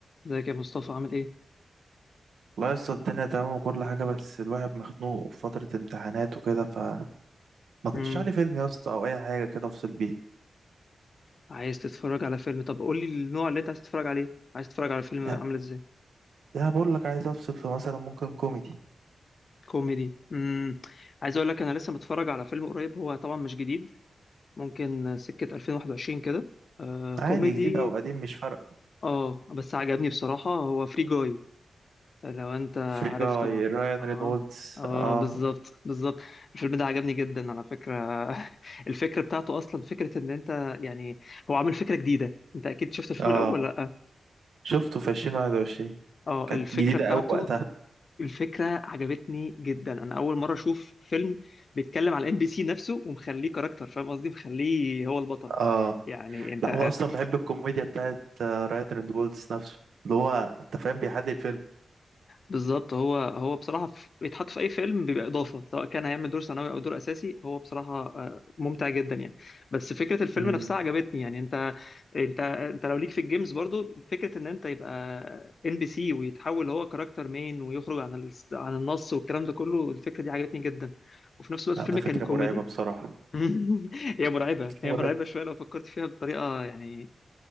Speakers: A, on the left; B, on the right.
A: ازيك يا مصطفى عامل ايه؟
B: والله لسه الدنيا تمام وكل حاجة بس الواحد مخنوق في فترة امتحانات وكده فما
A: مم.
B: ترشح لي فيلم يا اسطى أو أي حاجة كده أفصل بيها
A: عايز تتفرج على فيلم طب قول لي النوع اللي انت عايز تتفرج عليه عايز تتفرج على فيلم
B: لا
A: عامل ازاي؟
B: ده بقول لك عايز أفصل في مثلا ممكن كوميدي
A: كوميدي مم. عايز اقول لك انا لسه متفرج على فيلم قريب هو طبعا مش جديد ممكن سكة 2021 كده آه كوميدي
B: عادي جديد أو قديم مش فارقة
A: اه بس عجبني بصراحة هو فري جاي لو انت
B: فري
A: عارف
B: جاي
A: طبعا
B: رايان
A: اه
B: رينولدز
A: اه
B: آه
A: بالظبط بالظبط الفيلم ده عجبني جدا على فكرة <laughs> الفكرة بتاعته اصلا فكرة ان انت يعني هو عامل فكرة جديدة انت اكيد شفت الفيلم
B: آه
A: الاول
B: شفته في عشرين واحد وعشرين
A: اه
B: كانت
A: الفكرة
B: جديدة
A: بتاعته
B: أوي وقتها
A: الفكرة عجبتني جدا انا اول مرة اشوف فيلم بيتكلم على ام بي سي نفسه ومخليه كاركتر فاهم قصدي مخليه هو البطل
B: آه
A: يعني انت
B: لا هو أصلا بحب الكوميديا بتاعت آه، رايان رينولدز نفسه اللي هو أنت فاهم بيحلي الفيلم
A: بالظبط هو هو بصراحة في- بيتحط في أي فيلم بيبقى إضافة سواء كان هيعمل دور ثانوي أو دور أساسي هو بصراحة آه، ممتع جدا يعني بس فكرة الفيلم
B: مم.
A: نفسها عجبتني يعني أنت أنت أنت لو ليك في الجيمز برضو فكرة إن أنت يبقى إن بي سي ويتحول هو كاركتر مين ويخرج عن ال... عن النص والكلام ده كله الفكرة دي عجبتني جدا وفي نفس الوقت
B: لا
A: الفيلم
B: ده فكرة
A: كان كوميدي
B: مرعبة بصراحة
A: <laughs> هي مرعبة هي
B: مرعب
A: مرعبة شوية لو فكرت فيها بطريقة يعني